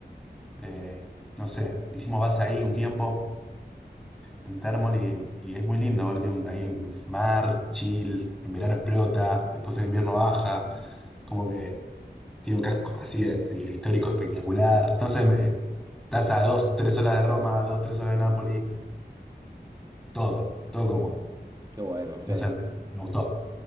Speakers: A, in the centre; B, on the right (about 25°).
A: eh, no sé, hicimos base ahí un tiempo. en Thermoli y es muy lindo, boludo. Tiene un- ahí un mar, chill, en verano explota, después en invierno baja, como que tiene un casco así eh, histórico espectacular. No sé, me- eh, estás a dos, tres horas de Roma, dos, tres horas de Nápoli, todo, todo como,
B: Qué bueno, Fede.
A: no sé, me gustó.